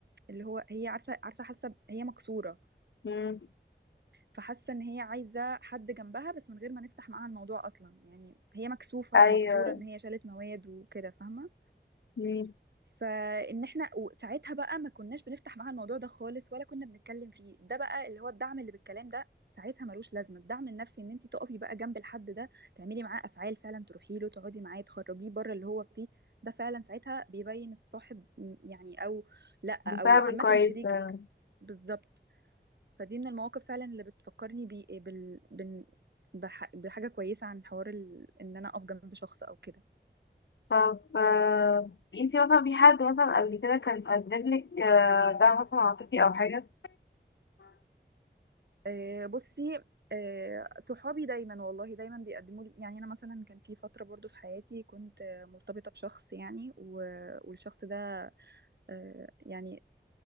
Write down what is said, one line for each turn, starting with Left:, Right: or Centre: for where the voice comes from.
Right: اللي هو هي عارفه عارفه حاسه ب- هي مكسوره
Left: مم.
Right: فحاسه ان هي عايزه حد جنبها بس من غير ما نفتح معاها الموضوع اصلا يعني هي مكسوفه
Left: أيوة
Right: ومكسوره ان هي شالت مواد وكده فاهمه
Left: مم.
Right: فان احنا وساعتها بقى ما كناش بنفتح معاها الموضوع ده خالص ولا كنا بنتكلم فيه ده بقى اللي هو الدعم اللي بالكلام ده ساعتها ملوش لازمه الدعم النفسي ان انت تقفي بقى جنب الحد ده تعملي معاه افعال فعلا تروحي له تقعدي معاه تخرجيه بره اللي هو فيه ده فعلا ساعتها بيبين الصاحب م- يعني او لا
Left: مساعد
Right: او عامه
Left: كويس
Right: شريكك
Left: فعلا.
Right: بالظبط فدي من المواقف فعلا اللي بتفكرني بي بال بن بح بحاجه كويسه عن حوار ال... ان انا اقف جنب شخص او كده
Left: طب آه، انتي مثلا في حد مثلا قبل كده كان قدملك آه، دعم مثلا عاطفي أو حاجة؟
Right: آه، بصي آه، صحابي دايما والله دايما بيقدموا لي يعني انا مثلا كان في فتره برضو في حياتي كنت آه، مرتبطه بشخص يعني و- والشخص ده آه، يعني